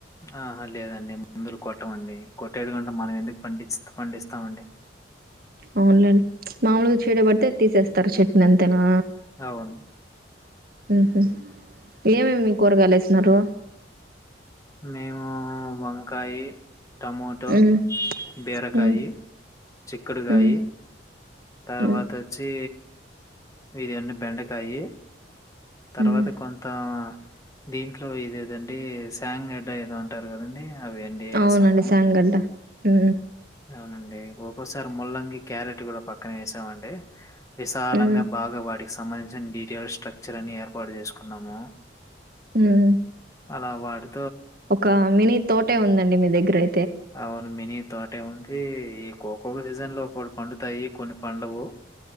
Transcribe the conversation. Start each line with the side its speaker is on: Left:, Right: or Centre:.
Left: ఆహ లేదండి మందులు కొట్టమండి కొట్టేది ఉంటే మనం ఎందుకు పండి పండిస్తామండి
Right: అవునులేండి మామూలుగా చీడ పడితే తీసేస్తారు చట్నీ అంతేనా
Left: అవున్
Right: ఉహు ఏమేమి మీ కూరగాయలు యేసిన్నారు
Left: మేము వంకాయి టమోటో
Right: ఉమ్
Left: బీరకాయి
Right: ఉమ్
Left: చిక్కుడుకాయి
Right: ఉమ్
Left: తర్వాత
Right: ఉమ్
Left: వచ్చి ఇదే అండి బెండకాయి తర్వాత
Right: ఉమ్
Left: కొంత దీంట్లో ఇదేదండి ఎస్ టాంన్ గడ్డ ఏదో అంటారు కదండి వేసాము
Right: అవునండి సాంగడ్డ హు
Left: అవునండి ఒక్కోసారి ముల్లంగి క్యారెట్ కూడా పక్కనే ఏసామండి విసాలంగా
Right: ఉమ్
Left: బాగావాటికీ సంబంధించిన డీటెయిల్స్ స్ట్రక్చర్ అని ఏర్పాటు చేసుకున్నాము
Right: ఊమ్
Left: అలా వాడు
Right: ఒక మినీ తోటే ఉందండి మీ దగ్ గ్రై
Left: అవును మినీ తోటే ఉంది ఈ కోకో సీజన్ లో ఒకటి పండుతాయి కొన్ని పండవు